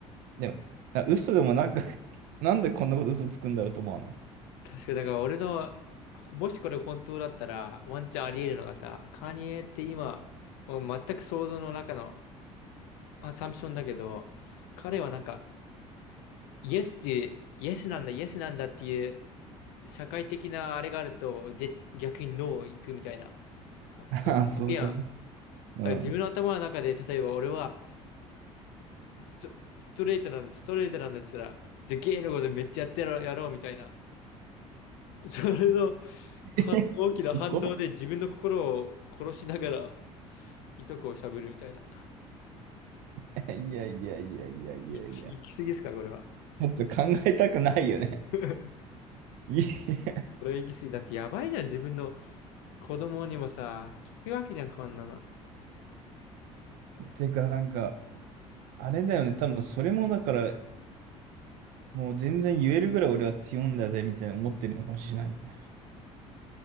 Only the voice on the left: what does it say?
確かに、だから俺の、もしこれ本当だったら、ワンチャンあり得るのがさ、カニエって今、もう全く想像の中のアサンプションだけど、彼はなんか、イエスって、イエスなんだ、イエスなんだっていう、社会的なあれがあると、ぜ逆にノー行くみたいな。
そういう表現は、
だか
ら自分の頭の中で、例えば俺はスト、ストレートなんだ、ストレートなんだって言ったら、じゃあゲイのことめっちゃやってやろう、やろうみたいな。それの
は大きな反応で自分の心を殺しながら、
いとこをしゃぶるみたいな。
い行き過ぎですか、これは。
<laughs>
これは行き過ぎ。だってやばいじゃん、自分の子供にもさ、聞くわけじゃん、こんなの。